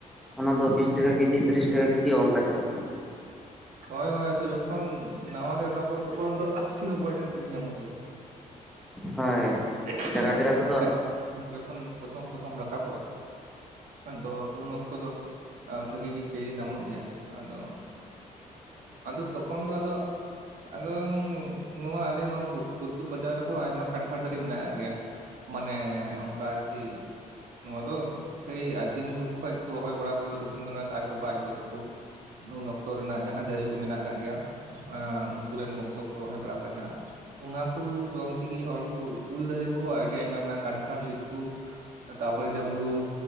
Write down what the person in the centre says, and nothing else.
ᱚᱱᱟ ᱫᱚ ᱵᱤᱥ ᱴᱟᱠᱟ ᱠᱮᱡᱤ ᱛᱤᱨᱤᱥ ᱴᱟᱠᱟ ᱠᱮᱡᱤ ᱚᱱᱠᱟ ᱪᱟᱞᱟᱜᱼᱟ
ᱦᱳᱭ
ᱡᱟᱭᱜᱟ ᱡᱟᱭᱜᱟ ᱛᱮᱫᱚ